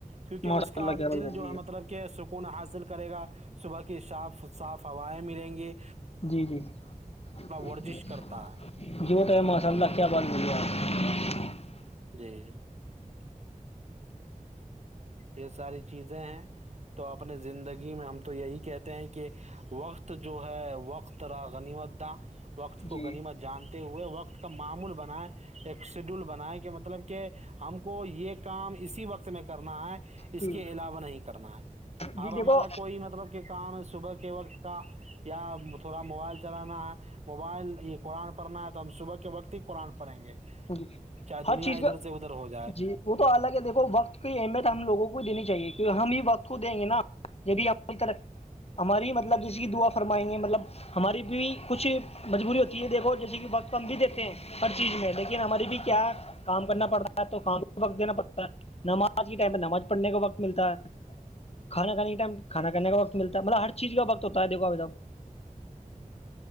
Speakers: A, on the right; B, on the left.
A: کیونکہ
B: ماشاء
A: اس کا
B: اللہ کیا بات
A: دل
B: بول
A: جو
B: رہی
A: ہے مطلب کہ سکون حاصل <unintelligible> کے صاف صاف ہوائیں ملیں گے
B: <unintelligible>
A: ورزش کرتا ہے <unintelligible> یہ ساری چیزیں ہیں تو اپنے زندگی میں ہم تو یہی کہتے ہیں کہ وقت وقت جو ہے وقت را غنیمت داں وقت کو
B: جی
A: غنیمت جانتے ہوئے وقت کا معمول <unintelligible> ایک شیڈول بناائے کہ مطلب کہ ہم کو یہ کام اسی وقت میں کرنا ہے اس
B: جی
A: کے علاوہ نہیں کرنا ہے
B: جی
A: اب
B: دیکھو
A: ہمارا کوئی مطلب کہ کام صبح کے وقت کا یا تھوڑا موبائل چلانا <unintelligible> قرآن پڑھنا ہے تو ہم صبح کے وقت ہی قرآنڑیں گے
B: جی
A: چاہے
B: ہر
A: دنیا
B: چیز کا
A: ادھر سے ادھر ہو جائے
B: جی وہ تو ال الگ ہے دیکھو وقت کی اہمیت ہم لوگوں کو <unintelligible> لیکن ہماری بھی کیا ہے کام کرنا پڑتا ہے تو کام وقت دینا پڑتا ہے نماز کے ٹائم پہ نماز پڑھنے کا وقت ملتا ہے کھانا کھانے کے ٹائم کھانا کھانے کا وقت ملتا ہے مطلب ہر چیز کا وقت ہوتا ہے دیکھو ابھی تب